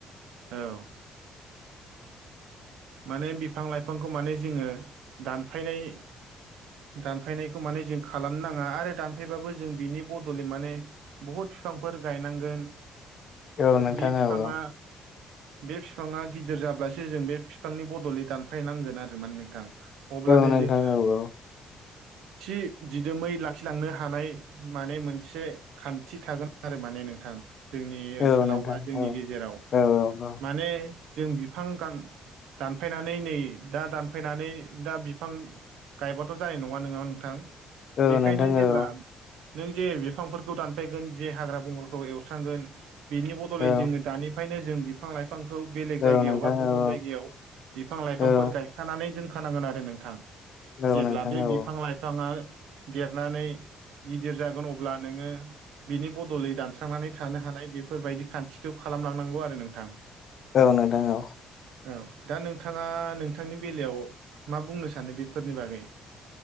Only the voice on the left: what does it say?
औ
नोंथां
औ
औ नोंथां
औ
औ
नोंथां
औ
औ
औ
नोंथां औ
औ
औ नोंथां औ
नोंथां औ नोंथां
औ
औ
औ नोंथां
औ
औ।
औ नोंथां औ।